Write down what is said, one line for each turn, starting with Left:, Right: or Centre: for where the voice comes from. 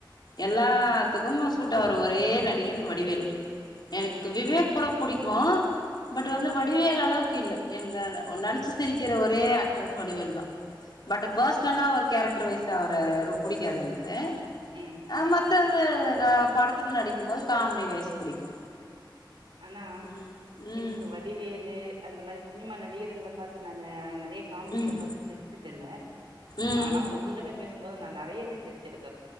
Left: எல்லாத்துக்கும் சூட்டாகுர ஒரே நடிகன் வடிவேலு எனக்கு
Right: ம்
Left: விவேக் கூட புடிக்கும் பட்
Right: ம்
Left: வந்து வடிவேலு அளவுக் கில்ல எனக்கு அத நெனச்சு சிரிக்கிற ஒரே ஆக்டர் வந்து வடிவேல் தா பட்டு பெர்ஸ்னலா ஒரு கேரக்டர் வைஸு அவர ரொ புடிக்காது எனக்கு
Right: ம்
Left: அ மத்த த்த க படத்துல நடிக்கும்போது காமெடி வைஸ் புடிக்கு
Right: ஆனா
Left: ம் ம்
Right: எனக்கு வடிவேலு அந்த மாரி சினிமா நடி நடிகருங்கல பாத்து நானு நறைய காமெடிஸ்
Left: ம்
Right: அ பாத்து சிரிச்சதில்ல
Left: ம்
Right: ஆனா உங்ககிட்ட பேசும்போது நா நறையவே சிரிச்சிருக்